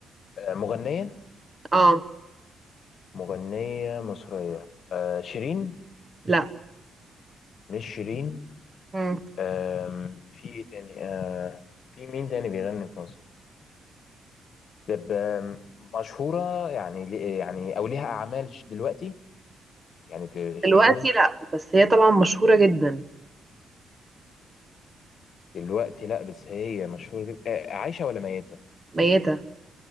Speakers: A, on the left; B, on the right.
A: آه، مغنية
B: اه
A: مغنية مصرية أه، شيرين
B: لا
A: مش شيرين
B: مم.
A: أم، في ايه تاني أه، في مين تاني بيغني في مصر طب أم، مشهورة يعني ليه- يعني او ليها اعمال ش- دلوقتي يعني ب- شغالة
B: دلوقتي لا بس هي طبعا مشهورة جدا
A: دلوقتي لا بس هي مشهورة جدا أه، عايشة ولا ميتة
B: ميتة